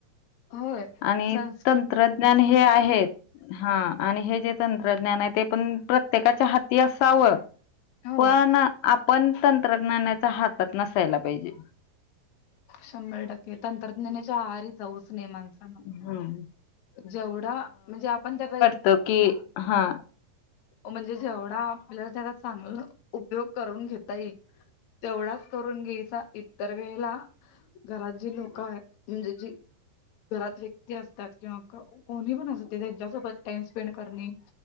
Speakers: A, on the left (about 65°); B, on the left (about 85°).
A: होय
B: आणि
A: संस्
B: तंत्रज्ञान हे आहेत हा आणि हे जे तंत्रज्ञान आहे ते पण प्रत्येकाच्या हाती असावं.
A: हो
B: पण आपण तंत्रज्ञानाच्या हातात नसायला पाहिजे.
A: शंभर टक्के तंत्रज्ञानाच्या आरी जाऊचनेमाांचां
B: हम्म.
A: जेवढा म्हणजे आपण त्या काही
B: तो कि हा.
A: म्हणजे जेवढा आपल्याला त्याला चांगलं उपयोग करून घेता येईल, तेवढाच करून घ्यायचा इत वेळेला, घरात जी लोक म्हणजे जी घरात व्यक्ती असतात किंवा कोणी पण असूदे त्यांच्यासोबत टाइम स्पेंड करणे